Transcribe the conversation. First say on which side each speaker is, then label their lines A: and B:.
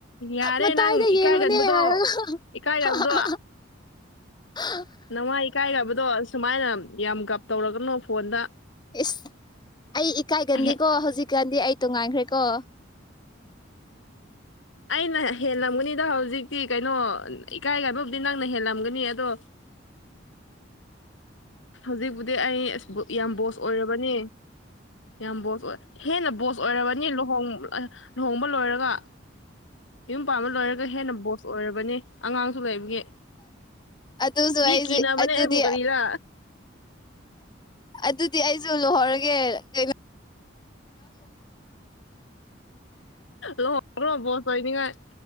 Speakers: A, on the left (about 75°); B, on the left (about 25°).
A: ꯌꯥꯔꯦ
B: ꯃꯇꯥꯏꯗ
A: ꯅꯪ ꯏꯀꯥꯏꯒꯟꯕꯗꯣ
B: ꯌꯦꯡꯕꯅꯦ ꯍꯥꯏꯔꯒ
A: ꯏꯀꯥꯏꯔꯕꯗꯣ
B: <unintelligible> <unintelligible>
A: ꯅꯃꯥꯏ ꯏꯀꯥꯏꯗꯕꯗꯣ ꯁꯨꯃꯥꯏꯅ ꯌꯥꯝ ꯒꯞ ꯇꯧꯔꯛꯀꯅꯨ ꯐꯣꯟꯗ
B: ꯏꯁ ꯑꯩ ꯏꯀꯥꯏꯒꯟꯗꯦꯀꯣ
A: ꯍꯦ-
B: ꯍꯧꯖꯤꯛꯀꯥꯟꯗꯤ ꯑꯩ ꯇꯣꯡꯉꯥꯟꯈ꯭ꯔꯦꯀꯣ
A: ꯑꯩꯅ ꯍꯦꯜꯂꯝꯒꯅꯤꯗ ꯍꯧꯖꯤꯛꯇꯤ ꯀꯩꯅꯣ ꯏꯀꯥꯏ ꯀꯥꯏꯕꯕꯨꯗꯤ ꯅꯪꯅ ꯍꯦꯜꯂꯝꯒꯅꯤ ꯑꯗꯣ ꯍꯧꯖꯤꯛꯄꯨꯗꯤ ꯑꯩ ꯑꯁ ꯕꯨ ꯌꯥꯝ ꯕꯣꯁ ꯑꯣꯏꯔꯕꯅꯤ ꯌꯥꯝ ꯕꯣꯁ ꯑꯣꯏ ꯍꯦꯟꯅ ꯕꯣꯁ ꯑꯣꯏꯔꯕꯅꯤ ꯂꯨꯍꯣꯡ ꯑ ꯂꯨꯍꯣꯡꯕ ꯂꯣꯏꯔꯒ ꯌꯨꯝ ꯄꯥꯟꯕ ꯂꯣꯏꯔꯒ ꯍꯦꯟꯅ ꯕꯣꯁ ꯑꯣꯏꯔꯕꯅꯦ ꯑꯉꯥꯡꯁꯨ ꯂꯩꯕꯒꯤ
B: ꯑꯗꯨꯁꯨ
A: ꯃꯤ
B: ꯑꯩꯁꯨ
A: ꯀꯤꯅꯕꯅꯦ
B: ꯑꯗꯨꯗꯤ
A: ꯑꯩꯕꯨ ꯀꯔꯤꯔ
B: ꯑꯗꯨꯗꯤ ꯑꯩꯁꯨ ꯂꯨꯍꯣꯡꯔꯒꯦ ꯀꯩꯅꯣ
A: ꯂꯨꯍꯣꯡꯂꯣ ꯕꯣꯁ ꯑꯣꯏꯅꯤꯡꯉꯥꯏ